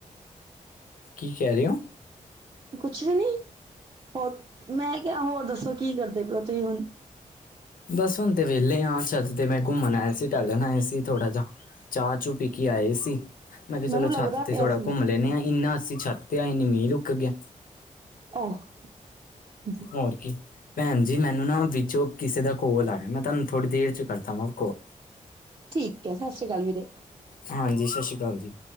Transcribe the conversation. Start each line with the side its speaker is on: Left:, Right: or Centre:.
Left: ਕੀ ਕਹਿ ਰਹੇ ਹੋ?
Right: ਕੁਛ ਵੀ ਨੀ, ਹੋਰ ਮੈਂ ਕਿਹਾ ਹੋਰ ਦੱਸੋ ਕੀ ਕਰਦੇ ਪਏ ਓ ਤੁਸੀਂ ਹੁਣ?
Left: ਬਸ ਹੁਣ ਤੇ ਵਿਹਲੇ ਆ ਛਤ ਤੇ ਮੈਂ ਘੁੰਮਣ ਆਇਆ ਸੀ, ਟਹਿਲਣ ਆਇਆ ਸੀ ਥੋੜ੍ਹਾ ਜਾ। ਚਾਹ-ਚੂ ਪੀ ਕੇ ਆਏ ਸੀ। ਮੈਂ ਕਿਹਾ ਚਲੋ
Right: ਮੈਨੂੰ ਲੱਗਦਾ
Left: ਛਤ ਤੇ
Right: ਪਿਆ
Left: ਥੋੜ੍ਹਾ
Right: ਸੀ
Left: ਘੁੰਮ ਲੈਂਦੇ ਆ, ਇੰਨਾ ਅਸੀਂ ਛੱਤ ਤੇ ਆ ਇੰਨੀ ਮੀਂਹ ਰੁਕ ਗਿਆ।
Right: ਓਹ <unintelligible>
Left: ਹੋਰ ਕੀ, ਭੈਣ ਜੀ ਮੈਨੂੰ ਨਾ ਵਿੱਚੋਂ ਕਿਸੇ ਦਾ ਕੋਲ ਆ ਰਿਹਾ ਮੈਂ ਤੁਹਾਨੂੰ ਥੋੜੀ ਦੇਰ ਚ ਕਰਦਾ ਵਾਂ ਕੋਲ
Right: ਠੀਕ ਹੈ, ਸਤਿ ਸ੍ਰੀ ਅਕਾਲ ਵੀਰੇ।
Left: ਹਾਂਜੀ ਸਤਿ ਸ਼੍ਰੀ ਅਕਾਲ ਜੀ।